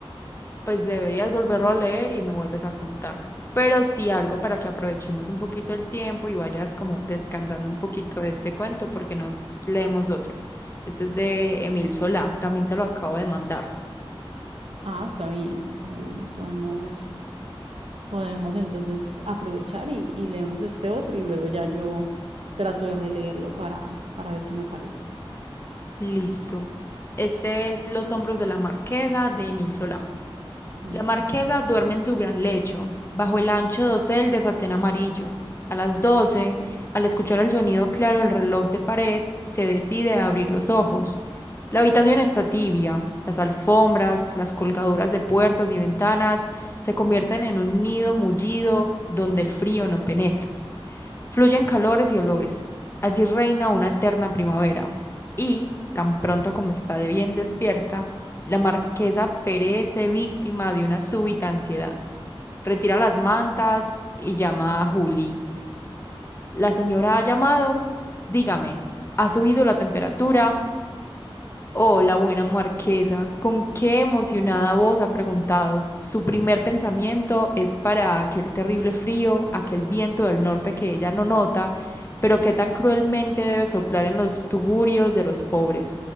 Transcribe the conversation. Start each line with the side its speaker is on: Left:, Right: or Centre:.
Left: Pues deberías volverlo a leer y me vuelves a contar. Pero sí algo para que aprovechemos un poquito el tiempo y vayas como descansando un poquito de este cuento porque no leemos otro. Este es de Emil Solá, también te lo acabo de mandar.
Right: Ah, está bien, está bien. Podemos, podemos entonces aprovechar y, y leemos este otro y luego ya yo trato de releerlo para, para ver qué me parece.
Left: Listo. Este es Los hombros de la marquesa de Emil Solá.
Right: Li-
Left: La marquesa duerme en su gran lecho, bajo el ancho dosel de satén amarillo. A las doce, al escuchar el sonido claro del reloj de pared, se decide a abrir los ojos. La habitación está tibia. Las alfombras, las colgaduras de puertas y ventanas se convierten en un nido mullido donde el frío no penetra. Fluyen calores y olores. Allí reina una eterna primavera. Y, tan pronto como está de bien despierta, la marquesa perece víctima de una súbita ansiedad. Retira las mantas y llama a Juli. La señora ha llamado. Dígame, ¿ha subido la temperatura? Oh, la buena marquesa, con qué emocionada voz ha preguntado. Su primer pensamiento es para aquel terrible frío, aquel viento del norte que ella no nota, pero que tan cruelmente debe soplar en los tugurios de los pobres.